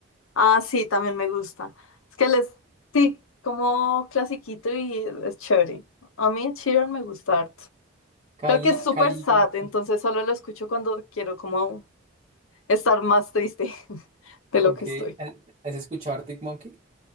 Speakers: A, on the left; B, on the right.
A: Ah, sí, también me gusta. Es que les, sí, como clasiquito y es chévere. A mí Sheeran me gusta harto.
B: Cali,
A: Creo que es súper
B: Cali,
A: sad,
B: Uchi.
A: entonces solo lo escucho cuando quiero como estar más triste <laughs> de
B: ok,
A: lo que estoy.
B: eh, ¿has escuchado Arctic Monkey?